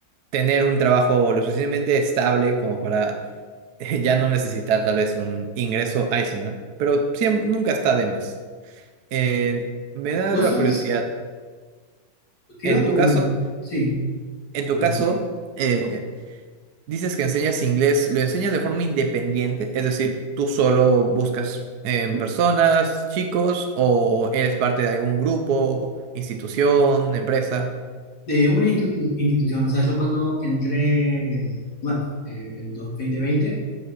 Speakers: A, on the right; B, on the left.
A: tener un trabajo lo suficientemente estable como para <laughs> eh, ya no necesitar tal vez un ingreso adicional. Pero siempre, nunca está de más. Eh, me da
B: Vos
A: la
B: sabes,
A: curiosidad.
B: te
A: En
B: iba a comen-
A: tu caso,
B: sí,
A: en tu
B: perdón,
A: caso, Oh. eh, Dices que enseñas inglés, ¿lo enseñas de forma independiente? Es decir, ¿tú solo buscas em, personas, chicos, o eres parte de algún grupo, institución, empresa?
B: de una institu- institución. O sea, yo cuando entré en, bueno, eh, el 2020,